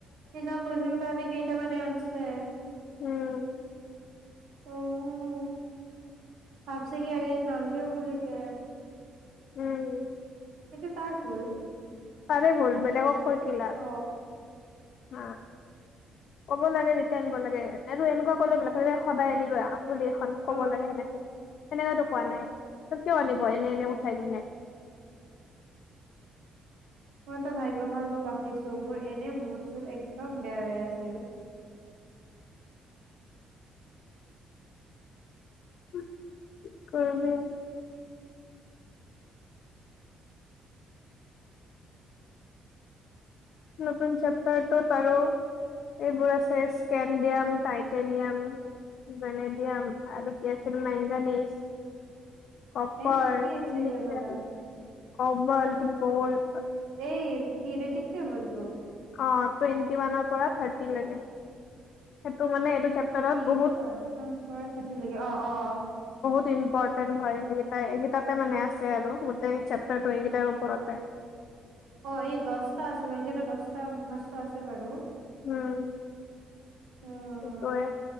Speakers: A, on the right (about 75°); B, on the left (about 65°).
A: সেইদি কৈছিল কাৰণে কেইটামানে আনছে
B: উম।
A: অ'ও ভাবছে কি আজি নালগে বুলি কে।
B: উম।
A: সেইটো তাৰ ভুল।
B: তাৰে ভুল বেলেগক কৈ কি লাভ।
A: অ',
B: হ ক'ব লাগে যেতিয়া আনিব লাগে আৰু এনেকুৱা কলে বিলাক সদায় আনিব। বুলি এখন ক'ব
A: অ',
B: লাগে সেনেকে সেনেকা টো কোৱা নাই কিয় আনিব এনে এনে থাই কেনে
A: মইতো ভাগ্য ভাল মই বাচিছো মই এনে মুড চুত একদম বেয়া হৈ আছে ও।
B: কি কৰিবি? নতুন চেপ্তাৰটোত আৰু এইবোৰ আছে স্কেনডিয়াম টাইটেনিয়াম ভেনেডিয়াম আৰু কি আছিল মেংগানিজ কপাৰ,
A: এ কি আছিল
B: নিকেল
A: এইবিলাক
B: কম্বল, ব'ল
A: এই পিৰেডিকতে বলতো
B: অ', টুৱেণ্টি ওৱানৰ পৰা থাৰ্টি লৈকে।
A: টুৱেণ্টি
B: সেইটো মানে এইটো
A: হয়,
B: চেপ্টাৰত
A: <unintelligible>
B: বহুত
A: <unintelligible> অ', অ', অ'।
B: ইম্পৰটেন্ট হয়, এইকেইটাএগেইতাতে মানে আছে আৰু গোটেই চেপ্টাৰটো এইকেইটাৰ ওপৰতে
A: অ', এই দশটা আছে, এইগেতাৰ দশটা মুখাস্ত আছে বাৰু
B: উম,
A: উম,
B: সেইটো এ।